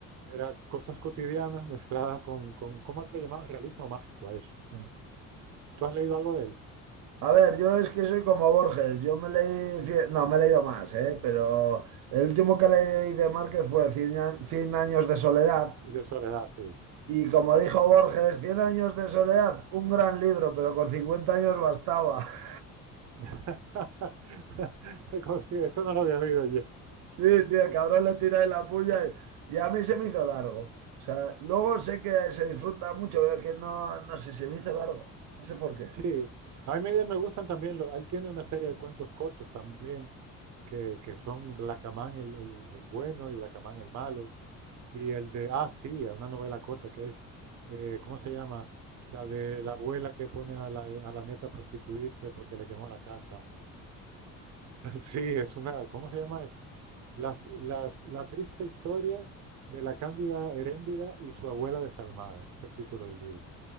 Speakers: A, on the right; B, on the right.
A: era cosas cotidianas mezcladas con, con, ¿cómo le llamaban? Realismo mágico a eso.
B: <laughs>
A: ¿Tú has leído algo de él?
B: A ver, yo es que soy como Borges, yo me leí, cien- no, me he leído más, ¿eh? Pero el último que leí de Márquez fue Cien, a- Cien años de soledad.
A: De Soledad, sí.
B: Y como dijo Borges, Cien años de soledad, un gran libro, pero con 50 años bastaba. <laughs>
A: <laughs> Como si- Eso no lo había oído yo.
B: Sí, sí, el cabrón le tira de la puya y, y a mí se me hizo largo. O sea, luego sé que se disfruta mucho, pero que no, no sé, se me hizo largo. No sé por qué.
A: Sí, a mí de él me gustan también, lo- él tiene una serie de cuentos cortos también, que, que son Blacamán el, el, el bueno y Blacamán el malo. Y el de, ah, sí, a una novela corta que es, eh, ¿cómo se llama? La de la abuela que pone a la, a la nieta a prostituirse porque le quemó la casa. <laughs> Sí, es una, ¿cómo se llama? Es las, las, la triste historia de la Cándida Heréndida y su abuela desalmada. Ese es el título del libro.